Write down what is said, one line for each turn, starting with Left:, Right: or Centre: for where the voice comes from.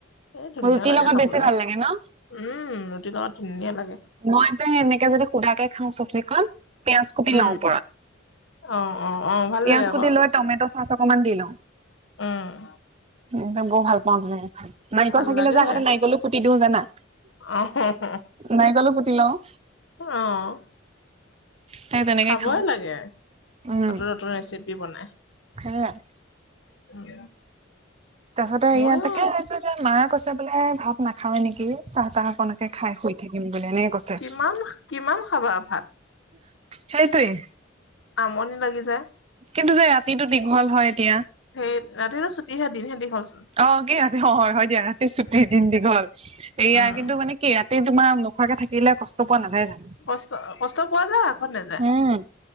Left: এ ধুনীয়া
Right: ৰুটিৰ
Left: লাগে
Right: লগত
Left: খাবলে।
Right: বেছি ভাল
Left: উম,
Right: লাগে ন?
Left: ৰুটিৰ লগত ধুনীয়া লাগে।
Right: মই যে এনেকে যদি সুধাকে খাওঁ চবজিখন পিয়াজ কুটি
Left: উম
Right: লওঁ ওপৰত।
Left: অ অ অ ভাল
Right: পিয়াজ
Left: লাগে আকৌ
Right: কুটি লৈ টমেটো ছ'চ অকমান দি লওঁ।
Left: উম।
Right: একদম বৰ ভাল পাওঁ তেনেকে খাই। নাৰিকল
Left: ভাল
Right: থাকিলে
Left: লাগে
Right: যে আগতে নাৰিকলো কুটি দিওঁ জানা
Left: অ' হঁ-হঁ।
Right: নাৰিকলো কুটি লওঁ।
Left: অ'।
Right: সেই তেনেকে
Left: খাবই
Right: খাওঁ
Left: লাগে,
Right: উম
Left: নতুন - নতুন ৰেচিপি বনাই।
Right: <unintelligible>
Left: উম।
Right: তাৰ পিছতে
Left: ময়ো
Right: ইয়া তাকে আছে যে মায়ে কৈছে বোলে ভাত নাখাৱে নেকি, চাহ-তাহকনকে খাই শুই থাকিম বুলি এনেকে কৈছে।
Left: কিমান অ' কিমান খাবা ভাত?
Right: সেইটোৱে।
Left: আমনি লাগি যায়।
Right: কিন্তু যে ৰাতিটো দীঘল হয় এতিয়া।
Left: সেইটো। ৰাতিটো ছুটিহে, দিনহে দীঘল চোন।
Right: অ' কি ৰাতি হ- হয় দিয়া, ৰাতি ছুটি, দিন দীঘল। এইয়া
Left: উম
Right: কিন্তু মানে কি ৰা তি তোমাৰ নোখোৱাকে থাকিলে, কষ্ট পোৱা নাযায় জানো?
Left: কষ্ট- কষ্ট পোৱা যায় ত নাযায়,
Right: উম